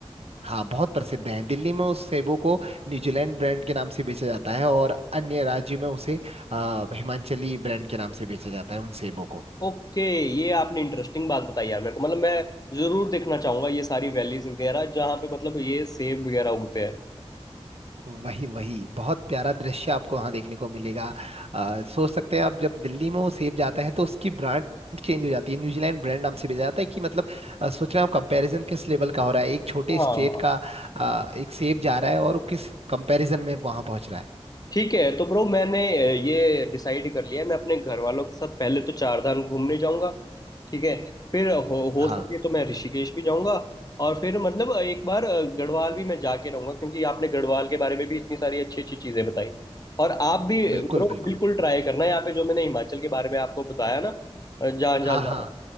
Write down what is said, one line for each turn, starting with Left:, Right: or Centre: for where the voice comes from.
Right: हाँ बहुत प्रसिद्ध हैं दिल्ली में उस सेबों को न्यूजीलैंड ब्रांड के नाम से बेचा जाता है और अन्य राज्यों में उसे आ, हिमाचली ब्रांड के नाम से बेचा जाता है उन सेबों को
Left: ओके ये आपने इंटरेस्टिंग बात बताई यार मेरे को मतलब मैं जरूर देखना चाहूंगा ये सारी वैलीज वगैरह जहाँ पे मतलब ये सेब वगैरह उगते हैं
Right: वही वही बहुत प्यारा दृश्य आपको वहां देखने को मिलेगा अ, सोच सकते हैं आप जब दिल्ली में वो सेब जाता है तो उसकी ब्रांड चेंज हो जाती है न्यूजीलैंड ब्रांड नाम से भेजा जाता है कि मतलब अ, सोच रहे हो कंपैरिजन किस लेवल का हो रहा है एक छोटे
Left: हाँ
Right: स्टेट का अ, एक सेब जा रहा है और वो किस कंपैरिजन में वहां पहुंच रहा है
Left: ठीक है तो ब्रो मैंने अ, ये डिसाइड कर लिया है मैं अपने घर वालों के साथ पहले तो चार धाम घूमने जाऊंगा ठीक है फिर हो हो
Right: हाँ
Left: सके तो मैं ऋषिकेश भी जाऊंगा और फिर मतलब अ, एक बार अ, गढ़वाल भी मैं जाके रहूंगा क्योंकि आपने गढ़वाल के बारे में भी इतनी सारी अच्छी अच्छी चीजें बताई और आप भी
Right: बिल्कुल
Left: ब्रो
Right: बिल्कुल
Left: बिल्कुल ट्राई करना यहाँ पे जो मैंने हिमाचल के बारे में आपको बताया ना अ, जा जा
Right: हाँ
Left: जा
Right: हाँ